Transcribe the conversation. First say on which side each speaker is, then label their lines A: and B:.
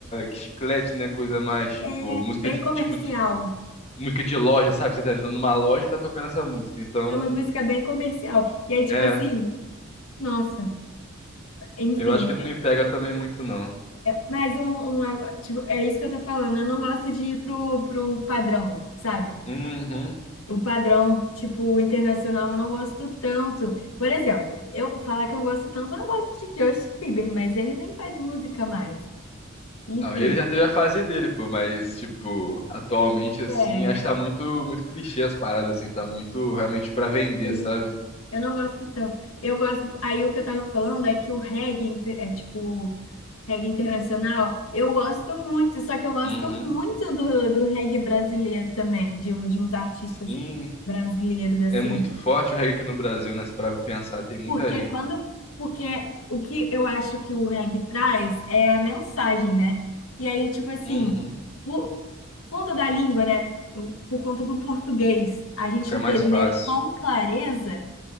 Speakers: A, on the left; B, on the left.
A: chiclete, né? Coisa mais, tipo,
B: É
A: música
B: bem
A: de,
B: comercial.
A: tipo, de, música de loja, sabe? Você tá entrando numa loja e tá tocando essa música. Então,
B: É uma música bem comercial. E aí, tipo
A: é,
B: assim, nossa, enfim,
A: Eu acho que não me pega também muito, não.
B: Mas um, um- tipo, é isso que eu tô falando. Eu não gosto de ir pro, pro padrão, sabe?
A: Uhum.
B: O padrão, tipo, internacional, eu não gosto tanto. Por exemplo, eu falar que eu não gosto tanto, eu gosto de Justin Bieber, mas ele nem faz música mais. Enfim,
A: Não, ele já teve a fase dele, pô, mas, tipo, atualmente, assim,
B: é,
A: acho que tá muito, muito clichê as paradas, assim, tá muito realmente pra vender,
B: sim.
A: sabe?
B: Eu não gosto tanto. Eu gosto. Aí o que eu tava falando é que o reggae inte- é tipo reggae internacional. Eu gosto muito, só que eu gosto
A: Uhum.
B: muito do, do reggae brasileiro também, de, um- de uns artistas
A: Sim,
B: brasileiros, assim.
A: é muito forte o reggae aqui no Brasil, né? Se parar pra pensar, tem muita
B: Porque
A: gente.
B: quando. Porque o que eu acho que o reggae traz é a mensagem, né? E aí, tipo assim,
A: Uhum.
B: por conta da língua, né? Por conta do português, a gente
A: Fica
B: entender
A: mais fácil.
B: com clareza.